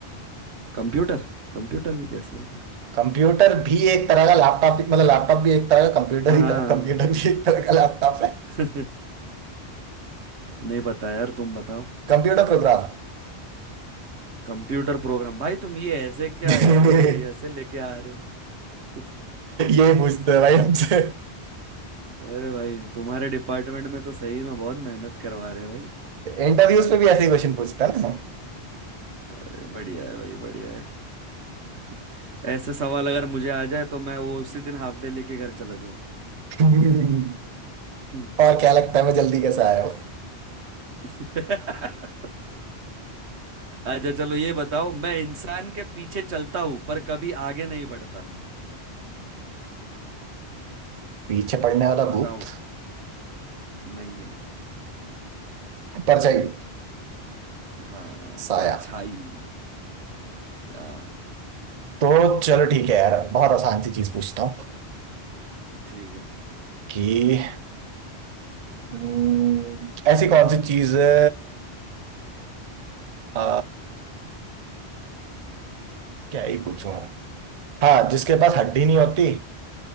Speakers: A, on the right; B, on the right.
A: कंप्यूटर कंप्यूटर भी कैसे हो गया
B: कंप्यूटर भी एक तरह का लैपटॉप मतलब लैपटॉप भी एक तरह का कंप्यूटर
A: हाँ
B: ही
A: हाँ
B: था कंप्यूटर भी एक तरह का लैपटॉप है
A: हाँ। <laughs> नहीं पता यार तुम बताओ
B: Computer programme
A: Computer program भाई तुम ये ऐसे क्या
B: <laughs>
A: यार ये ये ऐसे लेके आ रहे हो <laughs>
B: ये पूछते हैं भाई हमसे
A: अरे भाई तुम्हारे डिपार्टमेंट में तो सही में बहुत मेहनत करवा रहे हैं भाई
B: इंटरव्यूज पे भी ऐसे ही क्वेश्चन पूछता है ना
A: तो बढ़िया है भाई बढ़िया है <laughs> ऐसे सवाल अगर मुझे आ जाए तो मैं वो उसी दिन हाफ डे लेके घर चला जाऊं
B: <laughs> और
A: हम्म।
B: क्या लगता है मैं जल्दी कैसे आया हूँ
A: <laughs> अच्छा चलो ये बताओ मैं इंसान के पीछे चलता हूं पर कभी आगे नहीं बढ़ता
B: पीछे पड़ने वाला भूत
A: बताओ नहीं नहीं
B: परछाई
A: हाँ
B: साया
A: परछाई आ,
B: तो चलो ठीक है यार बहुत आसान सी चीज पूछता हूँ
A: ठीक है
B: कि हम्म, ऐसी कौन सी चीज है आ, क्या ही पूछूं हाँ जिसके पास हड्डी नहीं होती